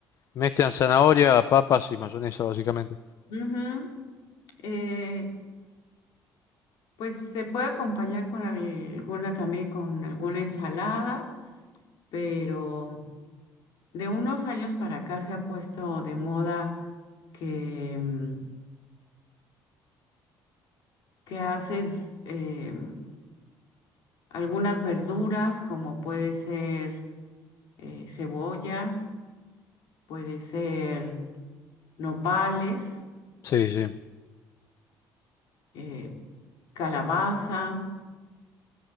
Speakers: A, on the left; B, on the left.
A: mezclan zanahoria, papas y mayonesa básicamente.
B: ujú, eh, pues se puede acompañar con alguna también, con alguna ensalada, pero... De unos años para acá se ha puesto de moda que, mm, que haces eh, algunas verduras, como puede ser eh, cebolla, puede ser nopales,
A: Sí, sí.
B: eh, calabaza,